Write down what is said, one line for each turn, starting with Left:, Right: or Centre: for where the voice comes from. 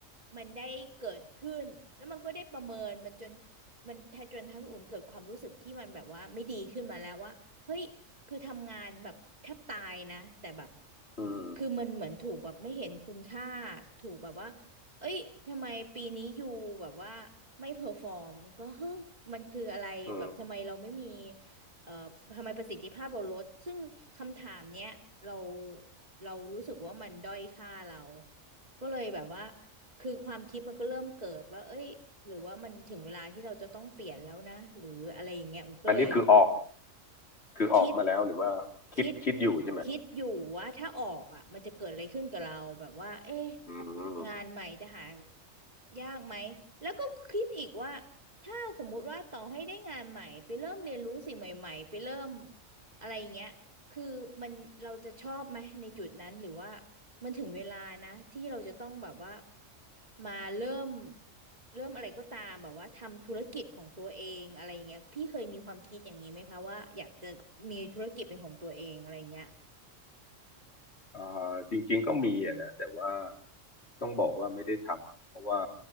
Right: มันได้เกิดขึ้นแล้วมันก็ได้ประเมินมันจนมันแทจนทำให้อุ่นเกิดความรู้สึกที่มันแบบว่าไม่ดีขึ้นมาแล้วว่าเฮ้ยคือทำงานแบบแทบตายนะแต่แบบ
Left: อืม
Right: คือมันเหมือนถูกแบบไม่เห็นคุณค่าถูกแบบว่าเอ้ยทำไมปีนี้อยู่แบบว่าไม่เพอร์ฟอร์มก็เฮ้ยมันคืออะไรแบบทำไมเราไม่มี
Left: อืม
Right: เอ่อทำไมประสิทธิภาพเราลดซึ่งคำถามเนี้ยเราเรารู้สึกว่ามันด้อยค่าเรา ก็เลยแบบว่าคือความคิดมันก็เริ่มเกิดว่าเอ้ยหรือว่ามันถึงเวลาที่เราจะต้องเปลี่ยนแล้วนะหรืออะไรอย่างเงี้ยอุ๋มก็เลย
Left: อันนี้คือออกคือออกมาแล้วหรือว่าคิดคิดอยู่ใช่ไหม
Right: คิดคิดคิดอยู่ว่าถ้าออกอ่ะมันจะเกิดอะไรขึ้นกับเราแบบว่าเอ๊ะ
Left: อืม
Right: งานใหม่จะหายากไหมแล้วก็คิดอีกว่าถ้าสมมุติว่าต่อให้ได้งานใหม่ไปเริ่มเรียนรู้สิ่งใหม่ๆไปเริ่มอะไรอย่างเงี้ยคือมันเราจะชอบไหมในจุดนั้นหรือว่า มันถึงเวลานะที่เราจะต้องแบบว่ามาเริ่มเริ่มอะไรก็ตามแบบว่าทำธุรกิจของตัวเองอะไรอย่างเงี้ยพี่เคยมีความคิดอย่างนี้ไหมคะว่าอยากจะมีธุรกิจเป็นของตัวเองอะไรอย่างเงี้ย
Left: เอ่อจริงๆก็มีอะนะแต่ว่าต้องบอกว่าไม่ได้ทำเพราะว่า